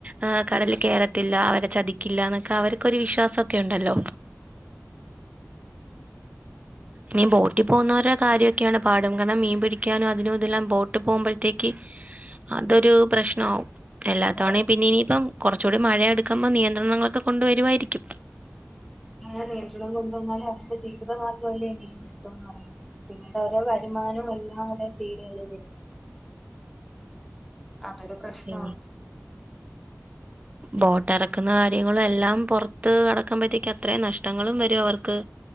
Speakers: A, on the right; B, in the centre.
A: ഏ കടല് കേറത്തില്ല അവരെ ചതിക്കില്ല എന്നൊക്കെ അവർക്കൊരു വിശ്വാസൊക്കെ ഉണ്ടല്ലോ നീ ബോട്ടിൽ പോകുന്നവരോ കാര്യൊക്കെയാണ് പാടും കാരണം മീൻ പിടിക്കാനും അതിനും ഇതെല്ലാം ബോട്ട് പോകുമ്പോഴത്തേക്ക് അതൊരു പ്രശ്നമാവും എല്ലാത്തവണയും
B: ആഹ്
A: പിന്നെ ഇനിയിപ്പം കൊറച്ചൂടി മഴ അടുക്കുമ്പോ നിയന്ത്രണങ്ങളൊക്കെ കൊണ്ടുവരുവായിരിക്കും
B: അങ്ങനെ നിയന്ത്രണം കൊണ്ടുവന്നാല് അവരുടെ ജീവിതമാർഗം അല്ലേ മീൻപി ടുത്തംന്ന് പറയുന്നത് പിന്നീട് ഓരോ വരുമാനും എല്ലാം അവിടെ തീരേ <unintelligible> അതൊരു പ്രശ്നമാണ്
A: ഇനി ബോട്ട് എറക്കുന്ന കാര്യങ്ങളും എല്ലാം പൊർത്ത് കടക്കമ്പഴത്തേക്ക് അത്ര നഷ്ടങ്ങളും വരും അവർക്ക്